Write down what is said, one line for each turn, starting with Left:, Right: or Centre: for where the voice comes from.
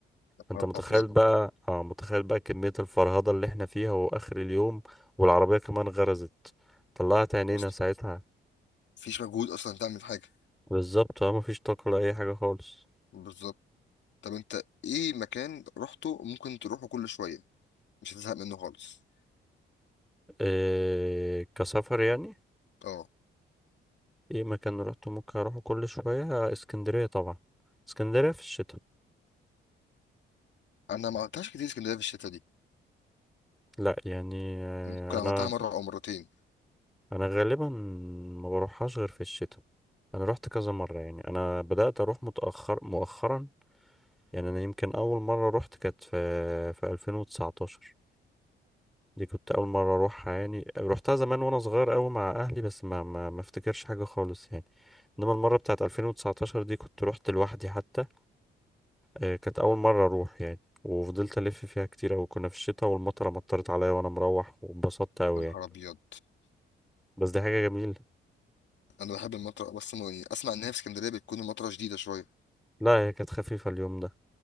Left: نهار
Centre: انت متخيل
Left: ابيض
Centre: بقى اه متخيل بقى كمية الفرهدة اللي احنا فيها واخر اليوم والعربية كمان غرزت طلعت عينينا
Left: اصلا
Centre: ساعتها
Left: مفيش مجهود اصلا تعمل حاجه
Centre: بالظبط اه مفيش طاقة لأي حاجة خالص
Left: بالظبط طب انت ايه مكان رحته ممكن تروحه كل شويه مش هتزهق منه خالص
Centre: إيه كسفر يعني
Left: اه
Centre: ايه مكان روحته ممكن اروحه كل شوية اسكندرية طبعا اسكندرية في الشتاء
Left: انا ما عملتهاش كتير اسكندريه في الشتا دي
Centre: لا يعني آه،
Left: ممكن عملتها
Centre: انا
Left: مره او مرتين
Centre: انا غالبا ما بروحهاش غير في الشتاء انا روحت كذا مرة يعني انا بدأت اروح متأخر مؤخرا يعني انا يمكن اول مرة روحت كانت في في 2019 دي كنت اول مره اروحها يعني روحتها زمان وانا صغير قوي مع اهلي بس ما ما ما افتكرش حاجه خالص يعني انما المره بتاعت 2019 دي كنت روحت لوحدي حتى آه، كانت اول مره اروح يعني وفضلت الف فيها كتير أوي كنا في الشتاء والمطره مطرت عليا وانا مروح واتبسطت قوي
Left: يا نهار
Centre: يعني
Left: ابيض
Centre: بس دي حاجه جميله
Left: <laughs> انا بحب المطره بس ما- يعني اسمع ان هي في اسكندريه بتكون المطره شديده شويه
Centre: لا هي كانت خفيفه اليوم ده